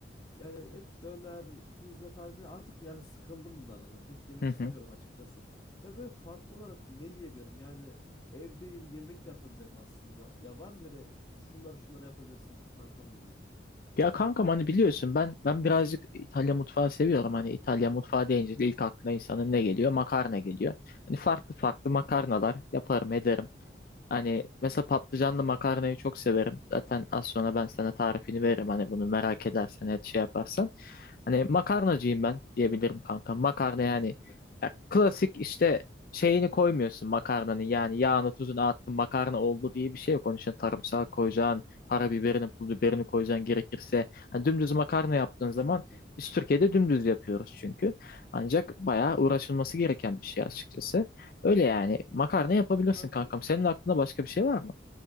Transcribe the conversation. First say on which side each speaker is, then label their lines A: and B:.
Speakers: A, on the left; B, on the left.
A: yani hep döner, pizza tarzı artık yani sıkıldım bunlardan da. Pek yemek
B: Hı hı.
A: istemiyorum açıkçası. Ya böyle farklı olarak ne yiyebilirim? Yani evdeyim, yemek de yapabilirim aslında. Ya var mı böyle şunları şunları yapabilirsin kankam dediğim bir şey?
B: Ya kankam hani biliyorsun ben ben birazcık İtalya mutfağı seviyorum. Hani İtalya mutfağı deyince de ilk aklına insanın ne geliyor? Makarna geliyor. Hani farklı farklı makarnalar yaparım ederim. Hani mesela patlıcanlı makarnayı çok severim. Zaten az sonra ben sana tarifini veririm. Hani bunu merak edersen, et şey yaparsan. Hani makarnacıyım ben diyebilirim kanka. Makarna yani
A: Kesinlikle.
B: ya klasik işte şeyini koymuyorsun makarnanın. Yani yağını tuzunu attın makarna oldu diye bir şey yok. Onun için sarımsağı koyacaksın, karabiberini, pul biberini koyacaksın gerekirse. Hani dümdüz makarna yaptığın
A: Kesinlikle.
B: zaman biz Türkiye'de dümdüz yapıyoruz çünkü. Ancak
A: Hı hı.
B: bayağı uğraşılması gereken bir şey açıkçası. Öyle yani. Makarna yapabilirsin
A: Kankam
B: kankam. Senin aklında başka bir şey var mı?